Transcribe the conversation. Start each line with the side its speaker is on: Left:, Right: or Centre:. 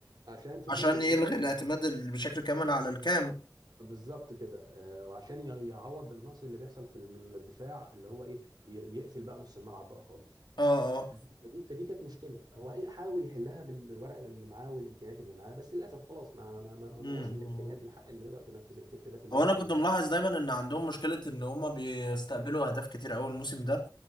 Right: عشان فكره
Left: عشان
Right: الايه
Left: يلغي الاعتماد ال- بشكل كامل على الكام
Right: بالظبط كده آه، وعشان ي- يعوض النقص اللي بيحصل في الم- الدفاع اللي هو ايه ي- يقفل بقى نص الملعب بقى خالص
Left: اه اه
Right: فدي فدي فدي كانت مشكله هو أي- حاول يحلها بال- بالورق اللي معاه والامكانيات اللي معاه بس للاسف خلاص ما ما ما ما معهوش
Left: امم
Right: الامكانيات الح- اللي تقدر تنفذ الفكر ده في الوقت
Left: هو انا كنت
Right: المحدد
Left: ملاحظ دايما ان عندهم مشكله ان هم بيستقبلوا اهداف كتير قوي الموسم ده